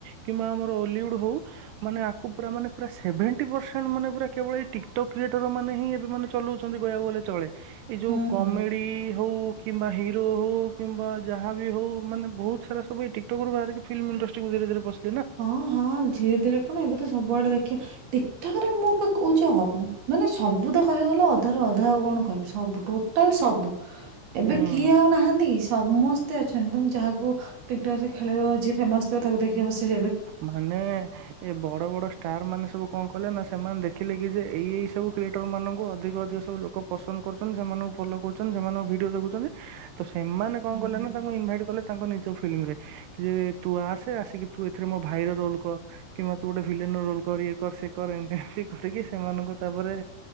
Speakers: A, on the right (about 80°); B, on the right (about 55°).
A: କିମ୍ବା ଆମର ଅଲିଉଡ଼୍ ହେଉ ମାନେ ଆକୁ ପା ମାନେ ପୁରା ସେଭେଣ୍ଟି ପରସେଣ୍ଟ ମାନେ ପୁରା କେବଳ ଏ ଟିକଟକ୍ କ୍ରିଏଟର ମାନେ ହିଁ ଏବେ ମାନେ ଚଲାଉଛନ୍ତି କହିବାକୁ ଗଲେ ଚଳେ। ଏଇ
B: ହୁଁ
A: ଯୋଉ କମେଡି
B: ହୁଁ
A: ହଉ କିମ୍ବା ହ ହିରୋ ହଉ କିମ୍ବା ଯାହା ବି ହଉ ମାନେ ବହୁତ ସାରା ସୁଇ ଟିକଟକ୍ ରୁ ବାହାରିକି ଫିଲ୍ମ ଇଣ୍ଡଷ୍ଟ୍ରିୁ ଧୀରେ ଧୀରେ ବସି
B: ହଁ ହଁ ଧୀରେ ଧୀରେ କଣ ଏବେ ତ ସବୁଆଡେ ଦେଖ ଦେ ଟଠିକ୍ଠାକ ରେ ମୋ ପାଖ କହୁଛି ମାନେ ସବୁ ତ କହିବାକୁ ଗଲେ ଅଧାରୁ ଅଧା ଆଉ କଣ କହିବି ସବୁ ଟୋଟାଲ ସବୁ ଏବେ
A: ହୁଁ।
B: କିଏ ଆଉ ନାହାନ୍ତି କି ସମସ୍ତେ ଅ ତ ଯାହାକୁ ଟିକଟକ୍ ରେ ଖେଳିବ ଯିଏ ଫେମାସ ଥିବ ତାକୁ ଦେଖିବ ସ
A: ମାନେ ଏ ବଡ ବଡ ଷ୍ଟାର ମାନେ ସବୁ କଣ କହିଲେ ନା ସେମାନେ ଦେଖିଲେ କି ଯେ ଏଇ ଏଇ ସବୁ କ୍ରିଏଟରମାନାନଙ୍କୁ ଅଧିକ ଅଧିକ ସବୁ ଲୋକ ପସନ୍ଦ କରୁଛନ୍ତି ସେମାନଙ୍କୁ ଫଲୋ କରୁଛନ୍ତି ସେମାନଙ୍କ ଭିଡ଼ିଓ ଦେଖୁଛନ୍ତି ତ ସେମାନେ କଣ
B: ହୁଁ
A: କଲେ ନା ତାଙ୍କୁ ଇନଭାଇଟ୍ କଲେ ତାଙ୍କ ନିଜ ଫିଲ୍ମରେ ଯେ ତୁ ଆସେ ଆସିକି ତୁ ରେ ମୋ ଭାଇ ରୋଲ କର କିମ୍ବା ତୁ ଗୋଟେ ଭିଲେନ ରୋଲ କର ଇଏ କର ସେ କର ଏମତି ଏମତି କରିକି ସେମାନଙ୍କୁ ତାପରେ